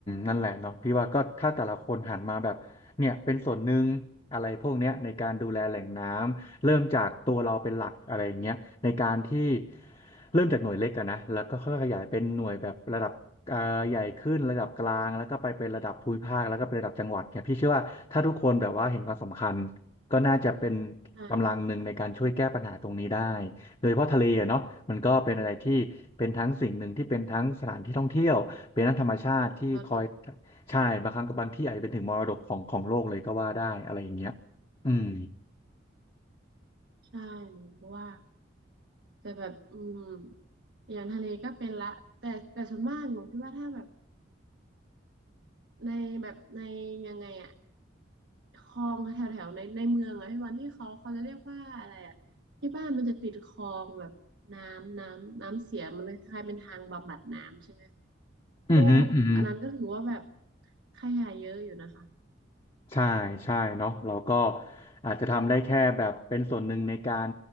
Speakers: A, on the left; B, on the right.
A: นั่นแหละเนาะพี่ว่าก็ถ้าแต่ละคนหันมาแบบเนี่ยเป็นส่วนหนึ่งอะไรพวกเนี้ยในการดูแลแหล่งน้ำเริ่มจากตัวเราเป็นหลักอะไรอย่างเงี้ยในการที่เริ่มจากหน่วยเล็กอะนะแล้วก็ค่อยๆขยายเป็นหน่วยแบบระดับเอ่อใหญ่ขึ้นระดับกลางแล้วก็ไปเป็นระดับภูมิภาคแล้วก็เป็นระดับจังหวัดเนี่ยพี่เชื่อว่าถ้าทุกคนแบบว่าเห็นความสำคัญก็น่าจะเป็น
B: ใช่
A: กำลังหนึ่งในการช่วยแก้ปัญหาตรงนี้ได้ โดยเฉพาะทะเลอะเนาะมันก็เป็นอะไรที่เป็นทั้งสิ่งหนึ่งที่เป็นทั้งสถานที่ท่องเที่ยวเป็นทั้งธรรมชาติที่คอย
B: มรดก
A: ใช่บางครั้งกับบางที่อาจจะเป็นถึงมรดกของของโลกเลยก็ว่าได้อะไรอย่างเงี้ยอืม
B: ใช่หนูก็ว่าแต่แบบอืมอย่างทะเลก็เป็นละแต่แต่ส่วนมากหนูคิดว่าถ้าแบบในแบบในยังไงอะคลองแถวแถวในในเมืองอะพี่วันที่เขาเขาจะเรียกว่าอะไรอะที่บ้านมันจะติดคลองแบบน้ำน้ำน้ำเสียมันเลยคล้ายๆเป็นทางบำบัดน้ำใช่ไหมคะ
A: อืมอหืมออือหือ
B: พวกอันนั้นก็ถือว่าแบบขยะเยอะอยู่นะคะ
A: ใช่ใช่เนาะเราก็อาจจะทำได้แค่แบบเป็นส่วนหนึ่งในการ